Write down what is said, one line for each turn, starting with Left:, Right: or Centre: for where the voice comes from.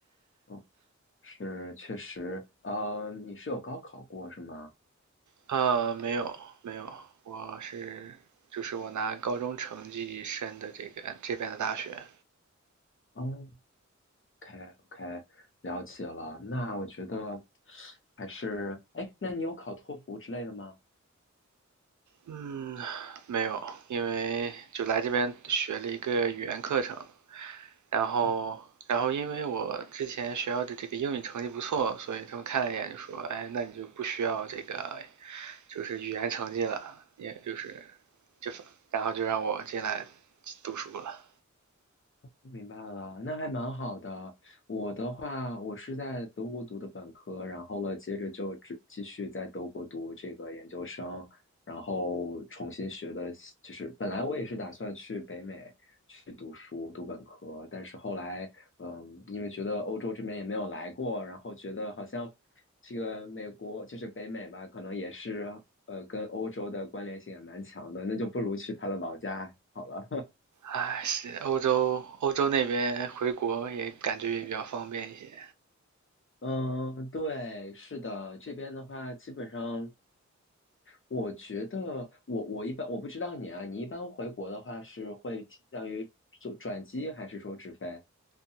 Left: 嗯。是，确实，呃，你是有高考过是吗？
Right: 呃，没有没有，我是就是我拿高中成绩申的这个这边的大学。
Left: 哦，OK，OK，了解了。那我觉得还是，哎，那你有考托福之类的吗？
Right: 嗯，没有，因为就来这边学了一个语言课程，然后然后因为我之前学校的这个英语成绩不错，
Left: 哦
Right: 所以他们看了一眼就说，哎，那你就不需要这个就是语言成绩了，也就是就然后就让我进来读书了。
Left: 明白了，那还蛮好的。我的话，我是在德国读的本科，然后了，接着就继继续在德国读这个研究生，然后重新学的，就是本来我也是打算去北美去读书读本科，但是后来，嗯，因为觉得欧洲这边也没有来过，然后觉得好像这个美国就是北美吧，可能也是呃跟欧洲的关联性也蛮强的，那就不如去他的老家好了。
Right: 哎，是欧洲，欧洲那边回国也感觉也比较方便一些。
Left: 嗯，对，是的，这边的话，基本上，我觉得我我一般我不知道你啊，你一般回国的话是会倾向于做转机还是说直飞？